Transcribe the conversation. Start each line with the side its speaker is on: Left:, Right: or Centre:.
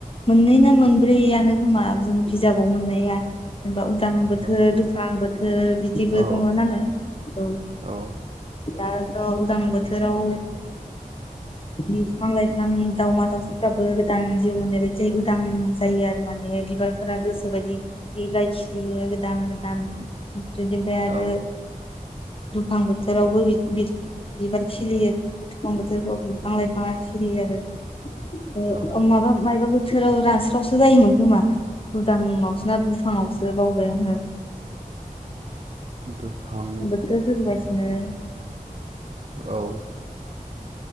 Left: मोननै ना मोनब्रैयानो खोमा जों बिजाबाव मोननाया जेनेबा गोजां बोथोर
Right: औ
Left: दुफां बोथोर बिदिबो
Right: औ
Left: दङ नालाय औ
Right: औ
Left: आरोथ' उदां बोथोराव बिफां लाइफां दावमा दावउसाफ्राबो गोदान जिउ मोननाय बायदि जायो उदां जायो आरो माने बिबारफोरा गोसो बायदि बिलाय खिलियो गोदान गोदान बिनिफ्राय आरो
Right: औ
Left: दुफां बोथोरावबो बिबार खिलियो अ दुफां बोथोरफ्राव बिफां लायफांआ सिरियो आरो ओ-ओ
Right: औ
Left: माबा मायबा बोथोराव रानास्रावसो जायोमोन खोमा उदांआव ना दुफाङावसो बावबाय आङो।
Right: दुफां
Left: सो जोरलायसिनो।
Right: औ।